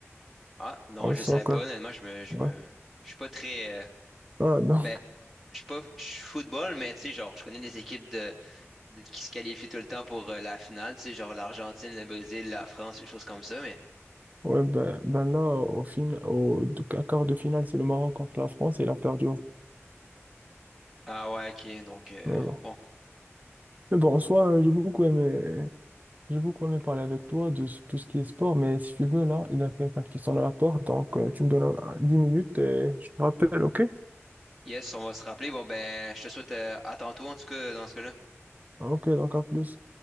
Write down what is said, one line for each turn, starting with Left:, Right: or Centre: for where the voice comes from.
Centre: Ah, non,
Right: pour le
Centre: je
Right: soccer.
Centre: savais pas. Honnêtement, je me, je
Right: Ouais.
Centre: me, je suis pas très. euh,
Right: Ah, non.
Centre: ben, je suis pas. Je suis football, mais tu sais, genre, je connais les équipes de, de- qui se qualifient tout le temps pour euh, la finale. Tu sais, genre l'Argentine, le Brésil, la France, des choses comme ça, mais.
Right: Ouais, ben, ben là, au fin, au de- à quart de finale, c'est le Maroc contre la France et il a perdu. hein.
Centre: Ah ouais, ok. Donc, euh,
Right: Mais bon.
Centre: bon.
Right: Mais bon, en soi, euh, j'ai beaucoup aimé, j'ai beaucoup aimé parler avec toi de s- tout ce qui est sport, mais si tu veux, là, il y a quelqu'un qui sonne à la porte, donc euh, tu me donnes un- un- 10 minutes et je te rappelle, ok?
Centre: Yes, on va se rappeler. Bon, ben, je te souhaite euh, à tantôt, en tout cas, dans ce cas-là.
Right: Ok, donc à plus.